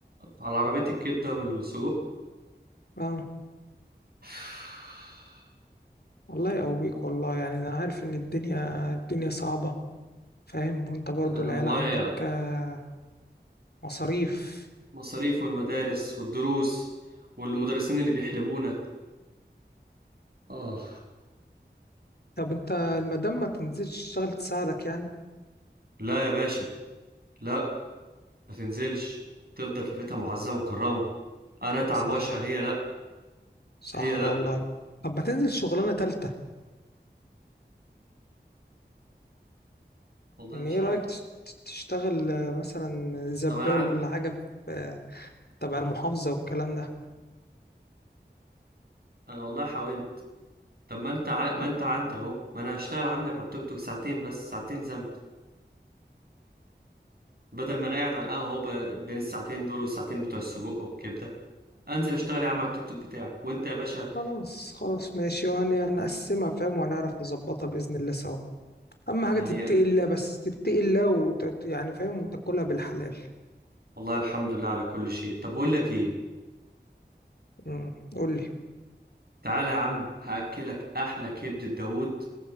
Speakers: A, on the right; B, on the left.
A: على عربيه الكبده والسجق
B: اه
A: <sighs>
B: الله يقويك بيك والله يعني انا عارف ان الدنيا الدنيا صعبة فاهم وانت
A: انا
B: برضو
A: أنا
B: العيال
A: والله
B: عندك آه، مصاريف
A: مصاريف والمدارس والدروس والمدرسين اللي بيحلبونا آه
B: طب انت المدام ما تنزلش تشتغل تساعدك يعني
A: لا يا باشا لا ما تنزلش تفضل في بيتها معزة مكرمة أنا أتعب
B: صح
A: واشقى هي لا
B: صح
A: هي لا
B: والله طب ما تنزل شغلانة تالتة
A: والله
B: يعني
A: مش
B: ايه
A: عارف
B: رأيك تش- تشتغل آه، مثلا زبال
A: طب أنا عندي
B: ولا حاجة في تبع المحافظة والكلام ده
A: أنا والله حاولت طب ما أنت ع... ما
B: ما-
A: أنت عندي أهو ما أنا هشتغل عندك على التوك توك ساعتين بس ساعتين زمن بدل ما أنا قاعد على القهوة أهو ب... بين الساعتين دول والساعتين بتوع السجق والكبدة أنزل أشتغل يا عم على التوك توك بتاعك وأنت يا باشا
B: خلاص خلاص ماشي وهنقسمها فاهم وهنعرف نظبطها بإذن الله سوا أهم حاجة
A: يعني
B: تتقي الله بس تتقي الله وت... يعني فاهم وتاكلها بالحلال
A: والله الحمد لله على كل شيء طب بقول لك إيه
B: امم قول لي
A: تعالى يا عم هأكلك أحلى كبدة داوود